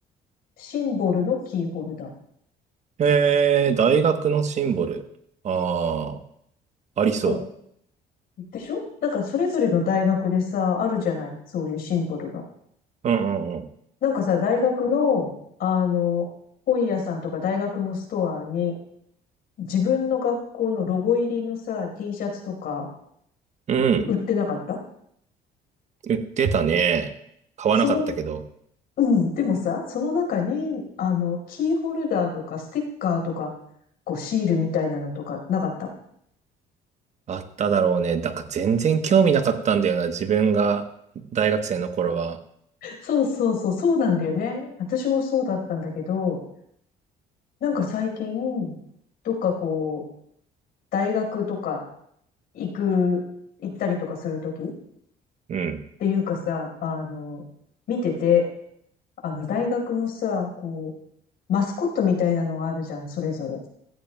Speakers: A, on the left; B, on the right.
A: シンボルのキーホルダー。
B: えー、大学のシンボル。ああ、ありそ
A: うんでしょなんかそれぞれの大学でさ、あるじゃないそういうシンボルが。
B: う。うんうん
A: なんかさ、大学の、あの、本屋さんとか大学のストアに、自分の学校のロゴ入りのさ、T シャツとか
B: うん。うん。
A: 売ってなかった
B: 言ってたね。買わなかったけど。
A: そのうん。でもさ、その中に、あの、キーホルダーとかステッカーとか、こう、シールみたいなのとかなかった
B: あっただろうね。なんか全然興味なかったんだよな。自分が大学生の頃は。
A: そうそうそう、そうなんだよね。私もそうだったんだけど、なんか最近、どっかこう、大学とか行く、行ったりとかするときっ
B: うん。
A: ていうかさ、あの、見てて、あの、大学のさ、こう、マスコットみたいなのがあるじゃん、それぞれ。